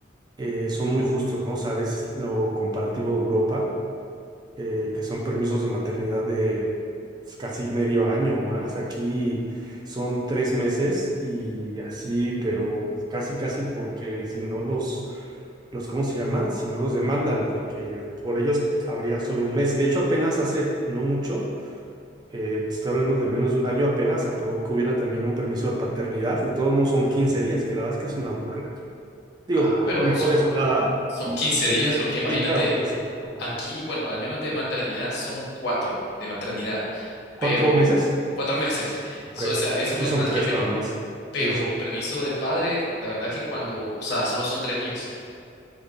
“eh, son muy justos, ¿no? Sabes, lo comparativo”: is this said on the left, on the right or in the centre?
Right